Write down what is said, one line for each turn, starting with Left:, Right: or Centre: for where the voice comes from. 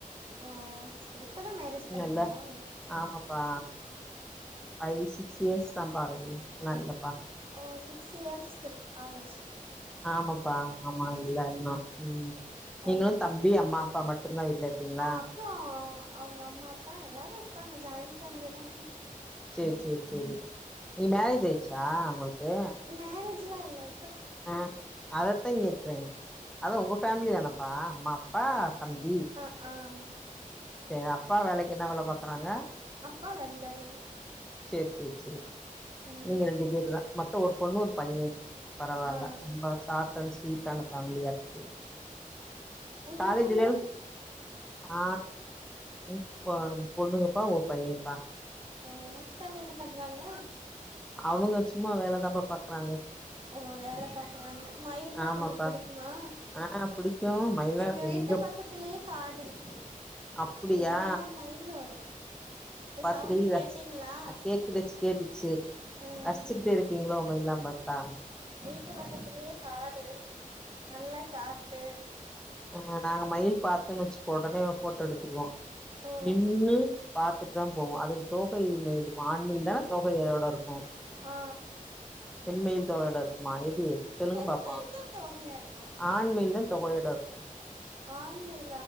Right: ஓ இப்பதா மேரேஜ் பண்ணீங்களா
Centre: நல்ல ஆமாப்பா ஃபைவ் சிக்ஸ் இயர்ஸ் தாப்பா ஆகுது நல்லப்பா
Right: ஓ சிக்ஸ் இயர்ஸ் இருக்கு ஆகுது
Centre: ஆமாப்பா ஆமா இல்ல
Right: சேரி
Centre: இன்னு ம் நீங்களு
Right: ஓ
Centre: தம்பி அம்மா அப்பா மட்டுந்தா வீட்டுல இருக்கீங்ளா
Right: அப்பறோ அவுங்க அம்மா அப்பா எல்லாரு இருக்காங்க ஜாயின் ஃபேமிலி தா
Centre: சேரி செரி சேரி நீ மேரேஜ் ஆயிச்சா உங்களுக்கு
Right: மேரேஜ்லா இல்லை
Centre: ஆ அதைத்தா கேக்குறே அத உங்க ஃபேமிலி தானப்பா அம்மா அப்பா தம்பி
Right: ம்
Centre: செரி அப்பா வேலைக்கு என்ன வேல பாக்குறாங்க
Right: அப்பா வெல்டருங்க
Centre: செர் செர் செரி
Right: ம்
Centre: நீங்க ரெண்டு பேரு தா மத்த ஒரு பொண்ணு ஒரு பையன் பரவால்ல
Right: ஆ
Centre: நம்ப சாட் அண்ட் ஸ்வீட் டான ஃபேமிலியாருக்கு
Right: உங்க
Centre: காலேஜிலல்
Right: ஃபேமிலி
Centre: ஆ உ உ பொண்ணுங்கப்பா ஓ பையன்பா
Right: ஓ ஹஸ்பண்ட் என்ன பண்றாங்க
Centre: அவுங்க சும்மா வேலதான்ப்ப பாக்குறாங்க
Right: ஓ வேல பாக்குறாங்க மயில்ல்லா
Centre: ஆமாப்பா
Right: உங்களுக்கு புடிக்குமா
Centre: ஆ புடிக்கு மயிலா
Right: எங்க வீட்டு
Centre: இங்க
Right: பக்கத்துலயே காடுருக்கு
Centre: அப்டியா
Right: நெறைய. மயிலு இப்ப
Centre: பர்த்டே
Right: சவுண்ட்
Centre: ரஸ்
Right: கேட்டீங்களா
Centre: அ கேட்டுடுச்சு கேட்டுச்சு
Right: ம்
Centre: ரசிச்சுக்கிட்டே இருப்பீங்ளோ மயில்லா பாத்தா
Right: விட்டு பக்கத்திலயே காடு நல்லா காத்து
Centre: உங்க நாங்க மயில் பாத்தன்னு வச்சுக்கோ உடனே ஒரு போட்டோ எடுத்துருவோ
Right: ஓ
Centre: நின்னு பாத்துட்டு தா போவோ அது தோகை <unintelligible> இருக்கு ஆண் மயில் தான தோகையோட இருக்கும்
Right: ஆ
Centre: பெண் மயில் தோகையோட இருக்குமா எது சொல்லுங்க
Right: பெண்
Centre: பாப்போ
Right: மயில் தா தோகையா இருக்கு
Centre: ஆண் மயில் தா தோகையோட இருக்
Right: ஆண் மயி